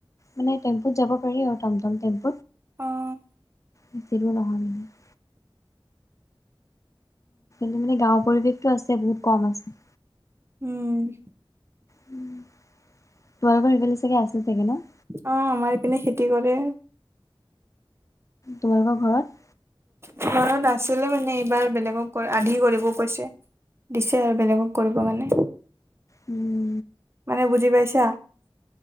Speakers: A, on the left (about 35°); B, on the right (about 30°).
A: মানে টেম্পুত যাব পাৰি আৰু টমটম টেম্প
B: অহ
A: বেছিদূৰ নহয় মানে। মানে গাঁৱৰ পৰিৱেশটোও আছে, বহুত কম আছে।
B: উম
A: তোমালোকৰ সেইফালে চাগে, আছে চাগে ন?
B: অ' আমাৰ ইপিনে খেতি কৰে।
A: তোমালোকৰ ঘৰত?
B: ঘৰত আছিলে মানে এইবাৰ, বেলেগক আধি কৰিব কৈছে। দিছে আৰু বেলেগক কৰিবৰ কাৰণে।
A: উম।
B: মানে বুজি পাইছা?